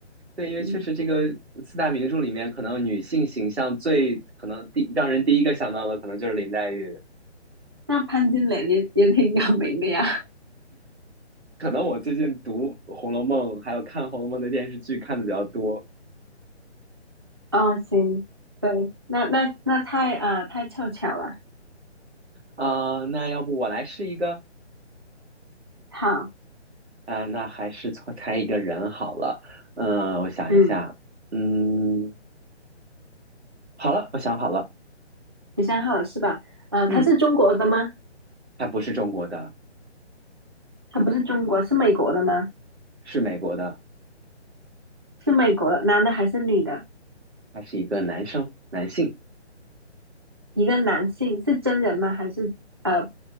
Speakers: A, on the right; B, on the right.
A: 对，因为确实这个四大名著里面，
B: 嗯，
A: 可能女性形象最可能第让人第一个想到的，可能就是林黛玉。
B: 那潘金莲也也挺有名的呀，
A: 可能我最近读《红楼梦》，还有看《红楼梦》的电视剧看的比较多
B: <laughs> 哦行，对，那那那太呃太凑巧了，
A: 啊、那要不我来试一个
B: 好。
A: 啊、那还是错猜一个人好了。嗯、我想一下，
B: 嗯。
A: 嗯，好了，我想好了，
B: 十三号是吧？呃，
A: 嗯，
B: 他是中国的吗？
A: 他不是中国的，
B: 他不是中国，是美国的吗？
A: 是美国的，
B: 是美国的，男的还是女的？
A: 他是一个男生，男性，
B: 一个男性是真人吗？还是呃